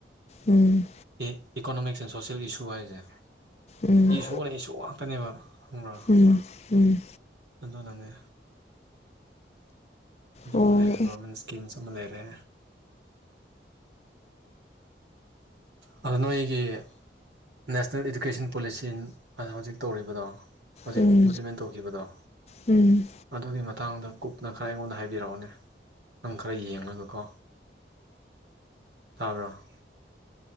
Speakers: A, on the left; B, on the right.
A: ꯎꯝ
B: ꯑꯦ ꯏꯀꯣꯅꯣꯃꯤꯛꯁ ꯑꯦꯟ ꯁꯣꯁꯦꯜ ꯏꯁꯨ ꯍꯥꯏꯁꯦ
A: ꯎꯝ
B: ꯏꯁꯨꯅ
A: ꯎꯝ
B: ꯏꯁꯨ ꯉꯥꯛꯇꯅꯦꯕ ꯈꯪꯕ꯭ꯔꯥ
A: ꯎꯝ ꯎꯝ
B: ꯑꯗꯨꯅꯅꯦ ꯑꯗꯨꯝ
A: ꯑꯣ
B: ꯑꯃ ꯂꯩꯔꯦ ꯒꯣꯔꯃꯦꯟ ꯁ꯭ꯀꯤꯝꯁ ꯑꯃ ꯂꯩꯔꯦ ꯑꯗꯣ ꯅꯣꯏꯒꯤ ꯅꯦꯁꯅꯦꯜ ꯏꯗꯨꯀꯦꯁꯟ ꯄꯣꯂꯤꯁꯤ ꯍꯧꯖꯤꯛ ꯇꯧꯔꯤꯕꯗꯣ ꯍꯧꯖꯤꯛ
A: ꯎꯝ
B: ꯏꯝꯄ꯭ꯂꯤꯃꯦꯟ ꯇꯧꯈꯤꯕꯗꯣ
A: ꯎꯝ
B: ꯑꯗꯨꯒꯤ ꯃꯇꯥꯡꯗ ꯀꯨꯞꯅ ꯈꯔ ꯑꯩꯉꯣꯟꯗ ꯍꯥꯏꯕꯤꯔꯛꯑꯣꯅꯦ ꯅꯪ ꯈꯔ ꯌꯦꯡꯂꯒꯥꯀꯣ ꯇꯥꯕ꯭ꯔꯥ